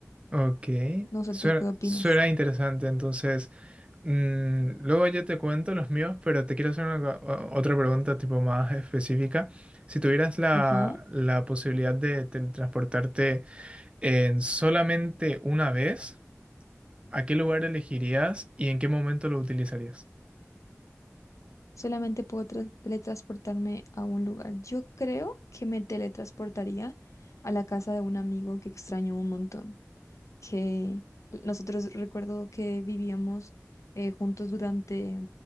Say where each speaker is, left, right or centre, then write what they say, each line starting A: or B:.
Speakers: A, on the right; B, on the left.
A: Ok,
B: No sé,
A: suena,
B: ¿tú qué opinas?
A: suena interesante. Entonces, mm, luego yo te cuento los míos, pero te quiero hacer una co- o- otra pregunta tipo más específica. Si tuvieras la,
B: Ajá.
A: la posibilidad de teletransportarte en solamente una vez, ¿a qué lugar elegirías y en qué momento lo utilizarías?
B: Solamente puedo tra- teletransportarme a un lugar. Yo creo que me teletransportaría a la casa de un amigo que extraño un montón. que nosotros recuerdo que vivíamos eh, juntos durante,